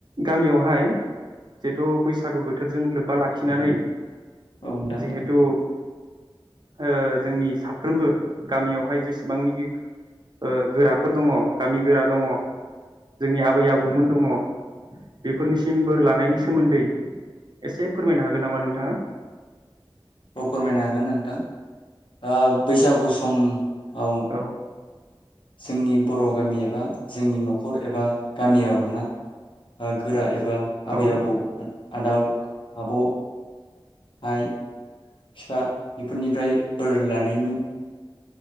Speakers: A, on the right; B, on the left.
A: गामियावहाय जिथु बैसागु बोथोरजों लोब्बा लाखिनानै
B: औ नोंथां
A: जिहेतु ओ जोंनि साफ्रोमबो गामियावहाय जेसेबांनिखि ओ गोराफोर दङ गामि गोरा दङ जोंनि आबै आबौमोन दङ बेफोरनिसिम बोर लानायनि सोमोन्दै एसे फोरमायनो हागोन नामा नोंथाङा
B: औ फोरमायनो हागोन नोंथां आ बैसागु सम <unintelligible>
A: औ
B: जोंनि बर' गामि एबा जोंनि न'खर एबा गामियाव आरो ना गोरा ए एबा आबै
A: औ
B: आबौ आदा आब' आइ फिफा बेफोरनिफ्राय बोर लानायनि